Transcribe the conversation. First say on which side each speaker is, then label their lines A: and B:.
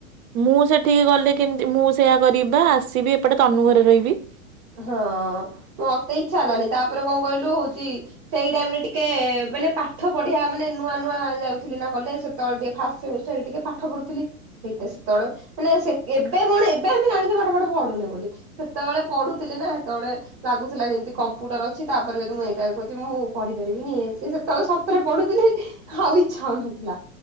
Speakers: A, on the right (about 75°); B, on the right (about 30°).
A: ମୁଁ ସେଠିକି ଗଲେ କେମିତି ମୁଁ ସେୟା କରିବିବା ଆସିବି ଏପଟେ ତନୁ ଘରେ ରହିବି।
B: ହଁ ମୁଁ ମତେ ଇଚ୍ଛା ହେଲାନି ତାପରେ କଣ କହିଲୁ ହଉଛି ସେଇ ଟାଇମରେ ଟିକେ ମାନେ ପାଠ ପଢିଆ ମାନେ ନୂଆ ନୂଆ ଯାଉଥିଲି ନା କଲେଜ ସେତବେଳେ ଟିକେ ଫାଷ୍ଟ ସେମିଷ୍ଟର ରେ ଟିକେ ପାଠ ପଢୁଥିଲି। ସେଇଟା ସେତେବେଳେ ମାନେ ଏବେ କଣ ଏବେ ଆମେ ଜାଣିଛେ ପାଠ ପାଠ ପଢୁନୁ ବୋଲି ସେତେବେଳେ ପଢୁଥିଲି ନା ସେତେବେଳେ ଲାଗୁଥିଲା ଯେମତି କମ୍ପୁଟର ଅଛି ତାପରେ ଯଦି ମୁଁ ଏଇଟା କହୁଛି ମୁଁ ପଢି ପାରିବିନି ଇଏ ସେ ସେତେବେଳେ ସତରେ ପଢୁଥିଲି। ଆଉ ଇଛା ହଉନଥିଲା